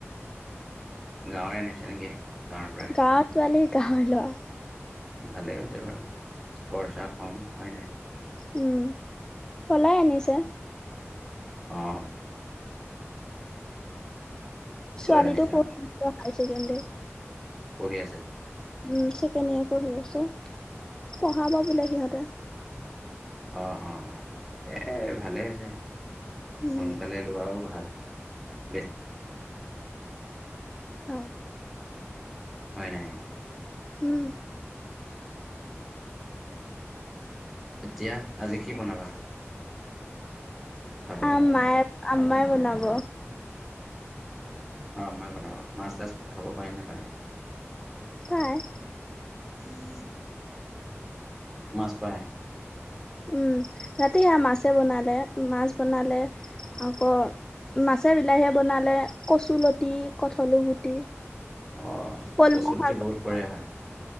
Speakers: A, in the centre; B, on the left.
A: গাঁৱৰ নিচে নেকি? গাঁৱৰ পৰাই
B: গাঁৱৰ তোৱালি গাঁৱৰ লৱা।
A: ভালেই হৈছে বাৰু খৰচা কম হয় নাই।
B: উম পলাই আনিছে।
A: আহ
B: ছোৱালীটো
A: লৈ আনিছোঁ
B: পঢ়ি
A: মানে
B: <unintelligible> হায় ছেকেণ্ডাৰী।
A: পঢ়ি আছে।
B: উম, ছেকেণ্ড ইয়েৰ পঢ়ি আছে পঢ়াব বোলে সিহঁতে।
A: অহ অ'-অ' এ ভালেই হৈছে।
B: উম,
A: সোনকালে লোৱাও ভাল। বেছ
B: অ'।
A: হয়, নাই?
B: উম
A: এতিয়া, আজি কি বনাবা? খাবলৈ
B: আই আম্মাই বনাব।
A: অ', <unintelligible> বনাব মাছ, তাছ খাব পায়, নাপায়?
B: পাই।
A: <inaudible> মাছ পায়।
B: উম, ৰাতি সেয়া মাছে বনালে, মাছ বনালে আকৌ মাছে বিলাহীয়ে বনালে কচুলতি কঠাঁল গুটি
A: অঁ
B: কলমৌ
A: কচুলতি
B: শাক
A: বহুত
B: <unintelligible>
A: পৰিয়া হয়